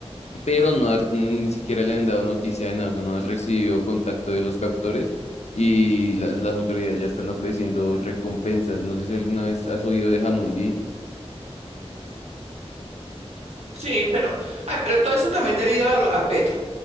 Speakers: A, on the left (about 85°); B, on the right (about 75°).
A: pero no, ha- no, ni siquiera le han dado noticia de nada, o sea, no han recibido contacto de los captores y las, las autoridades ya están ofreciendo recompensas. No sé si alguna vez has oído de Jamundí.
B: sí, pero, ay, pero todo eso también debido a, a Petro.